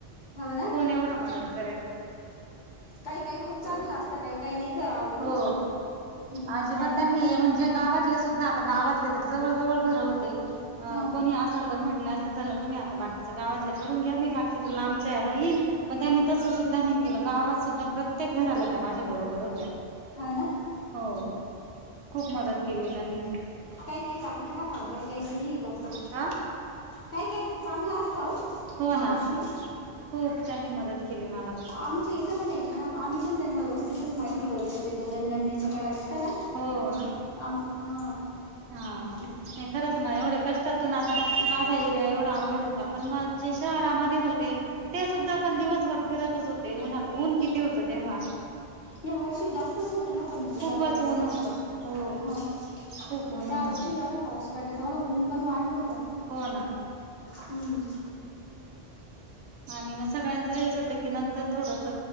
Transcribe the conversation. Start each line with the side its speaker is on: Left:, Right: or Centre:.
Left: हो ना
Right: कोण एवढं मदत करेल.
Left: काही काही खूप चांगलं असतं काही काही नाही कर आव हे
Right: हो
Left: करत. हम्म
Right: अजिबात
Left: काय
Right: त्यांनी
Left: मग
Right: म्हणजे गावातले सुद्धा गावातले तर जवळ जवळ घर होते
Left: हा
Right: कोणी अस जर म्हटल झालं तुम्ही आता बाकीच गावातलं करून घ्या मी बाकीच लांबच्या या्याला येईल पण त्यांनी तस सुद्धा नाही गावात सुद्धा प्रत्येक घराला त्या माझ्या बरोबर होत्या.
Left: हा ना.
Right: हो खूप मदत केली त्यांनी.
Left: काही काही चांगले राहतव काही काहीही लई हे करता
Right: हा
Left: काही काही चांगलं असत हो.
Right: हो
Left: मावशी
Right: ना खूप त्यांनी मदत केली मला
Left: आमच्या इथं पण येतं ना आम्ही पण त्यांना व्यवस्थितच माहिती वगैरे देतो जनगणनेची करायला येत ना.
Right: हो ना.
Left: आम हा.
Right: हा नाही
Left: किती
Right: खरंच ना एवढ्या कष्टातून आता माझा एरिया एवढा अवघड होता पण मग जे शहरामध्ये होते ते सुद्धा आपण दिवस घर फिरतच होत ते न ऊन किती होतं तेव्हा.
Left: या वर्षी जास्त तेच होत ना पण
Right: खूपच
Left: दरवेळेसच
Right: ऊन होत हो
Left: ह
Right: खूप ऊन होत
Left: या वर्षी जेवढा पाऊस पडलं होत थोडं ऊन पण वाढलं होतं ना.
Right: हो ना.
Left: हमम.
Right: आणि मग सगळ्यांचं हेच होतं की नंतर थोडस